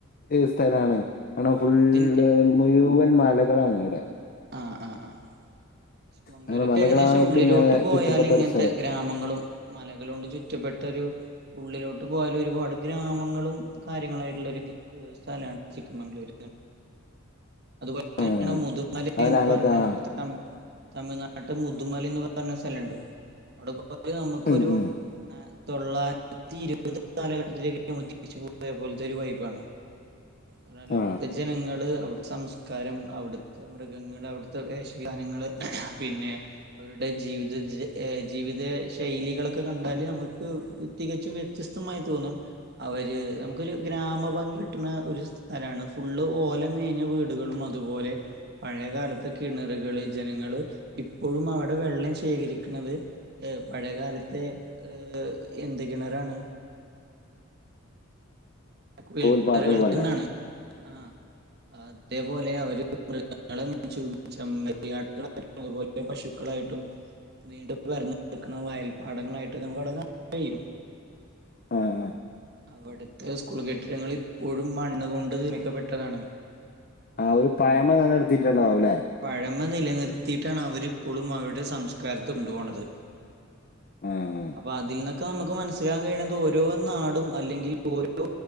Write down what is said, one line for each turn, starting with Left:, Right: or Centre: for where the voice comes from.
Left: ഒര് സ്ഥലാണ് കാണം
Right: ആ
Left: ഫുള്ള്
Right: അതിന്റെ
Left: മുഴൂവൻ മലകളാണ് അവ്ടെ
Right: ആഹ് ആഹ് ആഹ് ചിക്ക് മംഗ്ലൂരൊക്കേകദേശം
Left: അങ്ങനെ മലകളായിട്ട്
Right: ഉള്ളിലോട്ട്
Left: നേ-
Right: പോയാല്ങ്ങൻത്ത
Left: ചുറ്റപ്പെട്ട ഒരു സ്ഥലം
Right: ഗ്രാമങ്ങളും മലകളൊണ്ട് ചുറ്റപ്പെട്ടൊരു ഉള്ളിലോട്ട് പോയാല് ഒരുപാട് ഗ്രാമങ്ങളും കാര്യങ്ങളായിട്ടുള്ളൊരു ഗ് ഒരു സ്ഥലാണ് ചിക്ക്മംഗ്ലൂര് അങ്ങനെയാണ്
Left: ആ
Right: മുതുമല
Left: അങ്ങനെ
Right: എന്ന്
Left: അങ്ങനത്തെ
Right: പറഞ്ഞ്
Left: ആ
Right: തം തമിഴ്നാട്ട് മുതുമലയെന്ന് പറഞ്ഞ സ്ഥലൊണ്ട് അവിടെ കൊ കൊറേ നമുക്കൊരു
Left: ഉം, ഉം.
Right: ഏഹ് തൊള്ളായിരത്തി ഇരുപത് കാലഘട്ടത്തിലേക്ക് നമ്മള് തിരിച്ചു പോയ പോലത്തെ ഒരു വൈബാണ് എന്നാലേ
Left: ആ
Right: അവിടുത്തെ ജനങ്ങള് അവിടുത്തെ സംസ് കാരം അവിടുത്തെ മൃഗങ്ങള് അവിടുത്തെ വേഷവിധാനങ്ങള് പിന്നെ അവരുടെ ജീവിതജെ ഏഹ് ജീവിത ശൈലികളൊക്കെ കണ്ടാല് നമുക്ക് തികച്ചും വ്യത്യസ്തമായി തോന്നും അവര് നമുക്കൊരു ഗ്രാമ ഭംഗി കിട്ടണ ഒരു സ്ഥലാണ് ഫുള്ള് ഓല മേഞ്ഞ വീ ടുകളും അതുപോലെ പഴയകാലത്തെ കിണറുകള് ജനങ്ങള് ഇപ്പോഴും അവിടെ വെള്ളം ശേഖരിക്ക്ണത് ഏഹ് പഴയകാലത്തെ ഏഹ് എന്ത്‌ കെണറാണ് ഫിൽറ്റർ
Left: തോൽപ്പാത്തത്
Right: കെണറ്ന്നാണ്
Left: പോലെ
Right: ആഹ് ആ അതേപോലെ അവര് മൃഗങ്ങളെ മേയ്ച്ചും ചെമ്മരിയാടുകളെ അതുപോലെ പശുക്കളായിട്ടും നീണ്ട് നിവർന്ന് കിടക്കണമാരി വയൽപ്പാടങ്ങളായിട്ട് നമുക്ക്ടെ കാ കഴിയും
Left: ആഹ് ആഹ്
Right: അവിടുത്തെ സ്കൂൾ കെട്ടിടങ്ങള് ഇപ്പോഴും മണ്ണ് കൊണ്ട് തിനിക്കപ്പെട്ടതാണ്
Left: ആഹ് ഒരു പയമ നിലനിർത്തിയിട്ടുള്ളതാവൂലെ
Right: പഴമ നിലനിർത്തിയിട്ടാണ് അവരിപ്പോളും അവരുടെ സംസ്കാരത്ത് കൊണ്ടുപോണത്
Left: ആഹ്
Right: അപ്പൊ അതീന്നൊക്കെ നമുക്ക് മനസ്സിലാകാൻ കഴിയണത് ഓരോ നാടും അല്ലെങ്കിൽ ഓരോ